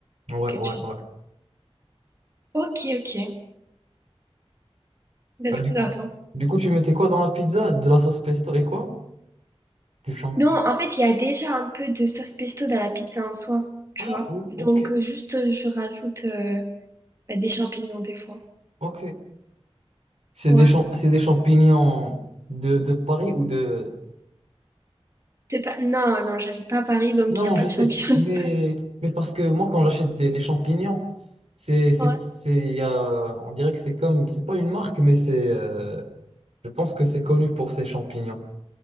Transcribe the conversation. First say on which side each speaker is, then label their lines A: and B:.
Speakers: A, on the right; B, on the right.
A: ouais,
B: ketchup.
A: ouais. ouais.
B: Ok, ok. Ben
A: Euh,
B: du
A: du
B: coup,
A: coup,
B: attends.
A: du coup, tu mettais quoi dans la pizza? De la sauce pesto et quoi? Du champ.
B: Non, en fait, il y a déjà un peu de sauce pesto dans la pizza en soi, tu
A: Ah,
B: vois.
A: oh, OK,
B: Donc, euh, juste, euh, je rajoute euh, ben, des champignons des fois.
A: OK. C'est
B: Ouais.
A: des champ- c'est des champignons de, de Paris ou de...
B: T'es pas... Non, non, j'habite pas à Paris, donc
A: Non,
B: il n'y a pas
A: je
B: de
A: sais,
B: champignons.
A: mais,
B: <laughs>
A: mais parce que moi, quand j'achète des, des champignons, c'est, c'est,
B: Ouais.
A: c'est, il y a- on dirait que c'est comme, c'est pas une marque, mais c'est... euh, Je pense que c'est connu pour ses champignons.